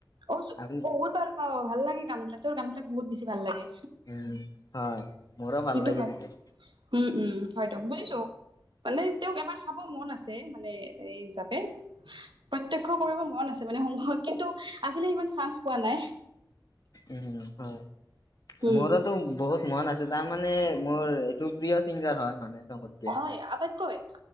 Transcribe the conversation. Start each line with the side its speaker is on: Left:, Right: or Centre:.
Right: অ' জু
Left: আপুনি
Right: বহুত ভাল পাও, ভাল লাগে গান বিলাক। তেওঁৰ গান বিলাক বহুত বেছি ভাল লাগে।
Left: উম, হয়। মোৰো ভাল
Right: সেইটো
Left: লাগে
Right: হয়।
Left: বহুত
Right: উম উম, হয় দিয়ক বুজিছো। মানে তেওঁক এবাৰ চাব মন আছে। ছে মানে <unintelligible> প্ৰত্যক্ষ কৰিব মন আছে মানে সন্মুখত। কিন্তু, আজিলৈ ইমান চান্স পোৱা নাই।
Left: উম, হয়।
Right: উম
Left: মোৰ এইটো বহুত মন আছে তাৰ মানে মোৰ এইটো প্ৰিয় চিংগাৰ হয়। মানে <unintelligible>
Right: হয়, আটাইতকৈ